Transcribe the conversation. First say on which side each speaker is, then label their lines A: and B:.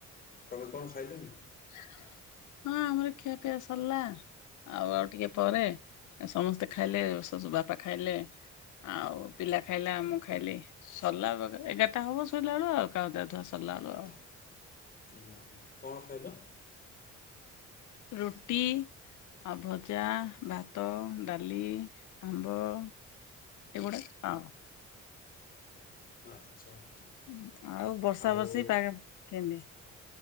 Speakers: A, on the left; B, on the left.
A: <inaudible>
B: <inaudible> <inaudible> <inaudible> <inaudible>
A: <inaudible>
B: <inaudible> <inaudible> <inaudible>
A: <inaudible>
B: <inaudible>
A: ଆଉ